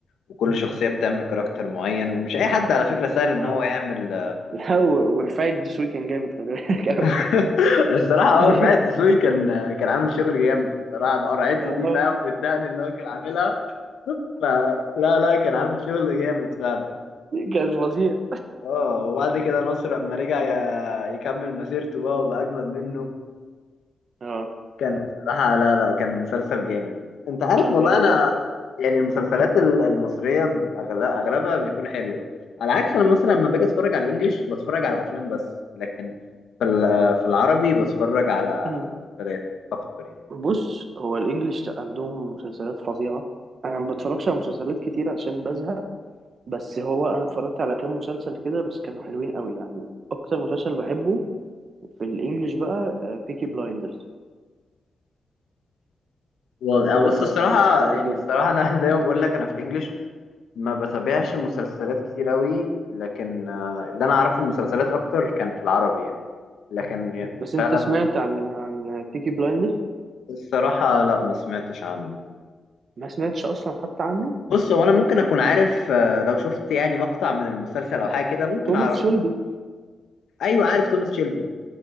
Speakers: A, on the left (about 80°); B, on the right (about 55°).
A: وكل شخصية بتعمل كاركتر معين ومش أي حد على فكرة سهل إن
B: اه
A: هو يعمل
B: <laughs> لا و- ورفاعي الدسوقي كان جامد خلي بالك أوي
A: <laughs> الصراحه اه
B: <laughs>
A: رفاعي الدسوقي كان كان عامل شغل جامد الصراحه بقرعته
B: اه
A: دي فاهم والدقن اللي هو كان عاملها فلا لا لا، كان عامل شغل جامد فعلا
B: كان فظيع
A: اه وبعد كده نصر لما رجع ي- يكمل مسيرته بقى وبقى اجمد منه
B: اه
A: كان الصراحه لا لا كان مسلسل جامد انت عارف
B: كان
A: والله
B: جامد
A: انا
B: قوي
A: يعني المسلسلات ال- المصريه أغل- اغلبها بيكون حلوه على عكس انا مثلا لما باجي اتفرج على الانجليش بتفرج على افلام بس لكن في ال- في العربي بتفرج على على
B: مم.
A: مسلسلات اكتر يعني
B: بص هو الانجليش لأ، عندهم مسلسلات فظيعة انا ما بتفرجش على مسلسلات كتير عشان بزهق بس هو انا اتفرجت على كام مسلسل كده بس كانوا حلوين قوي يعني اكتر مسلسل بحبه في الانجليش بقى بيكي بلايندرز
A: والله
B: ده
A: آه، بص الصراحة
B: هيعجبك
A: يعني الصراحة أنا <laughs> زي ما بقول لك أنا في الإنجليش ما بتابعش مسلسلات كتير أوي لكن آه، اللي أنا أعرفه المسلسلات أكتر كان في العربي يعني لكن
B: بس انت
A: فعلا
B: سمعت عن عن بيكي بلايندرز
A: الصراحة لا ما سمعتش عنه
B: ما سمعتش اصلا حتى عنه
A: بص هو أنا ممكن أكون عارف آه، لو شفت يعني مقطع من المسلسل أو حاجة كده ممكن
B: توماس
A: أعرفه
B: شيلبي
A: أيوه عارف توماس شيلبي